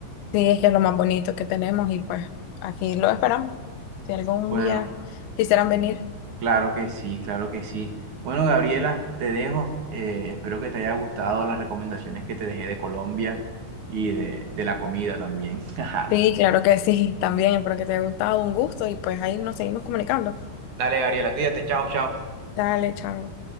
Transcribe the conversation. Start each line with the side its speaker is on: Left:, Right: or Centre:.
Left: es que es lo más bonito que tenemos y pues aquí lo esperamos. Si algún
Right: Bueno.
Left: día quisieran venir.
Right: Claro que sí, claro que sí. Bueno, Gabriela, te dejo. Eh, espero que te haya gustado las recomendaciones que te dejé de Colombia y de, de la comida también. <laughs>
Left: Sí, claro que sí, también, espero que te haya gustado, un gusto y pues ahí nos seguimos comunicando.
Right: Dale, Gabriela, cuídate, chao, chao.
Left: Dale, chao.